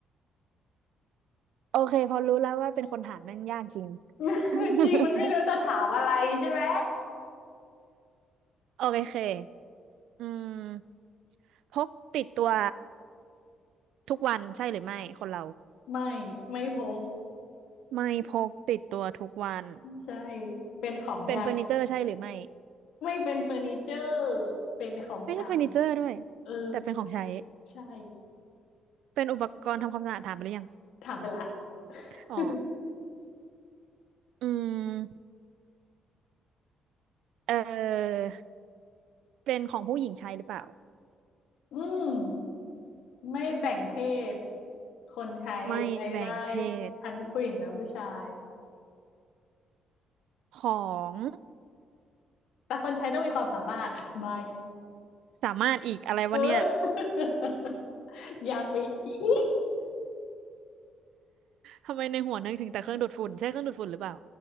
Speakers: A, on the right (about 80°); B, on the left (about 80°).
A: โอเคพอรู้แล้วว่าเป็นคนถามแม่งยากจริง
B: <laughs> จริงมันไม่รู้จะถามอะไรใช่ไหม
A: <laughs> โอเคอืมพกติดตัว ทุกวันใช่หรือไม่คนเรา
B: <laughs> ไม่ไม่พก
A: ไม่พกติดตัวทุกวัน
B: ใช่เป็นของยาย
A: เป็นเฟอร์นิเจอร์ใช่หรือไม่
B: ไม่เป็นเฟอร์นิเจอร์เป็นของใช้
A: ไม่ใช่เฟอร์นิเจอร์ด้วย
B: เออ
A: แต่เป็นของใช้
B: ใช่
A: เป็นอุปกรณ์ทำความสะอาดถามไปหรือยัง
B: ถามไปละ <laughs>
A: อ๋ออืมเออเป็นของผู้หญิงใช้หรือเปล่า
B: อืมไม่แบ่งเพศคนใช้ใช้ได้
A: ไม่แบ่งเพศ
B: ทั้งผู้หญิงและผู้ชาย
A: ของ
B: แต่คนใช้ต้องมีความสามารถอ่ะใบ
A: สามารถอีกอะไรวะเนี่ย
B: เออ <laughs> ยากไปอีก
A: ทำไมในหัวนึกถึงแต่เครื่องดูดฝุ่นใช่เครื่องดูดฝุ่นหรือเปล่า